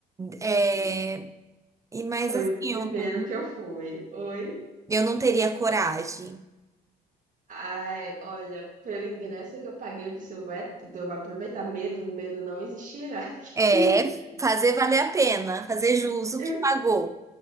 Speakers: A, on the right (about 20°); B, on the right (about 50°).
A: É,
B: E
A: e mas
B: foi
A: assim,
B: o primeiro
A: eu não,
B: que eu fui. Oi?
A: eu não teria coragem.
B: Ai, olha, pelo ingresso que eu paguei, eu disse, eu é tudo, eu vou aproveitar. Medo, medo não existirá aqui.
A: É,
B: <laughs>
A: fazer valer a pena, fazer jus o
B: Eu,
A: que pagou.